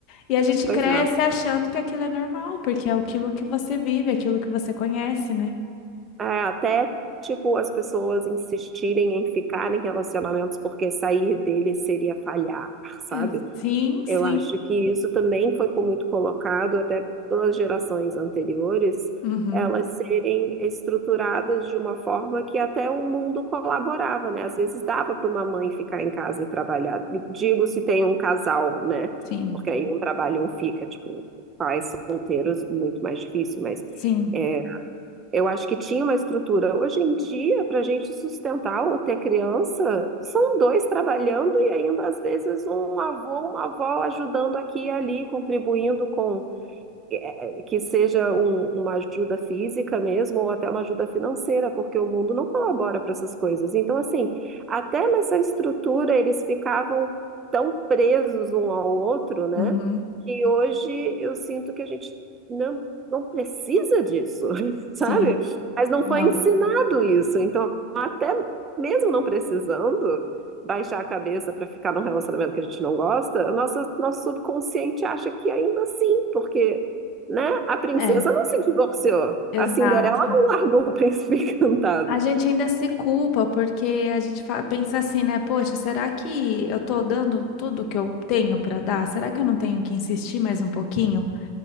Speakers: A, on the left; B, on the right.
A: E a gente
B: Pois
A: cresce
B: é.
A: achando que aquilo é normal, porque é aquilo que você vive, é aquilo que você conhece, né?
B: É, até, tipo, as pessoas insistirem em ficar em relacionamentos porque sair dele seria falhar, sabe?
A: É, Sim, sim.
B: Eu acho que isso também foi com- muito colocado até pelas gerações anteriores,
A: Uhum.
B: elas serem estruturadas de uma forma que até o mundo colaborava, né? Às vezes dava para uma mãe ficar em casa e trabalhar. Digo se tem um casal, né?
A: Sim,
B: Porque aí um trabalha e um fica, tipo, pais solteiros, muito mais difícil, mas.
A: sim.
B: é, eu acho que tinha uma estrutura. Hoje em dia, para a gente sustentar ou ter criança, são dois trabalhando e ainda às vezes um avô, uma avó ajudando aqui e ali, contribuindo com é, é, que seja um- uma ajuda física mesmo, ou até uma ajuda financeira, porque o mundo não colabora para essas coisas. Então, assim, até nessa estrutura eles ficavam tão presos um ao outro, né?
A: Uhum.
B: Que hoje eu sinto que a gente não, não precisa disso, <laughs> sabe?
A: Sim.
B: Mas não foi
A: Não.
B: ensinado isso. Então, até mesmo não precisando. Baixar a cabeça para ficar num relacionamento que a gente não gosta, o nosso nosso subconsciente acha que ainda assim, porque né? A princesa
A: É,
B: não se divorciou.
A: exato.
B: A Cinderela não largou o príncipe <laughs> encantado.
A: A gente ainda se culpa porque a gente fa- pensa assim, né? Poxa, será que eu tô dando tudo que eu tenho para dar? Será que eu não tenho que insistir mais um pouquinho?